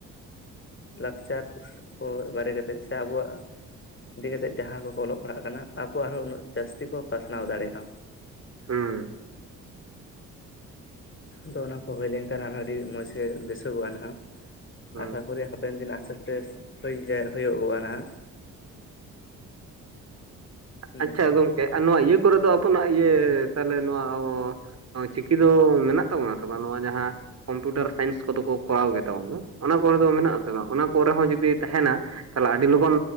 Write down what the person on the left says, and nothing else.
ᱞᱟᱠᱪᱟᱨ ᱠᱚ ᱵᱟᱨᱮ ᱠᱟᱛᱮᱫ ᱥᱮ ᱟᱵᱚᱣᱟᱜ ᱤᱫᱤ ᱠᱟᱛᱮᱫ ᱡᱟᱦᱟᱸ ᱠᱚᱠᱚ ᱚᱞᱚᱜ ᱯᱟᱲᱦᱟᱜ ᱠᱟᱱᱟ ᱟᱠᱚ ᱟᱨᱦᱚᱸ ᱩᱱᱟᱹᱜ ᱡᱟᱹᱥᱛᱤ ᱠᱚ ᱯᱟᱥᱱᱟᱣ ᱫᱟᱲᱮᱭᱟᱜᱼᱟ
ᱟᱫᱚ ᱚᱱᱟ ᱠᱚ ᱦᱩᱭ ᱞᱮᱱᱠᱷᱟᱱ ᱟᱨᱦᱚᱸ ᱟᱹᱰᱤ ᱢᱚᱸᱡᱽ ᱜᱮ ᱵᱮᱥᱚᱜᱚᱜᱼᱟ ᱱᱟᱦᱟᱜ
ᱟᱥᱟ ᱠᱚᱨᱮ ᱦᱟᱯᱮᱱ ᱫᱤᱱ ᱟᱥᱛᱮ ᱟᱥᱛᱮ ᱡᱨ ᱦᱩᱭᱩᱜᱼᱟ ᱱᱟᱦᱟᱜ ᱦᱩᱸ
ᱦᱩᱸ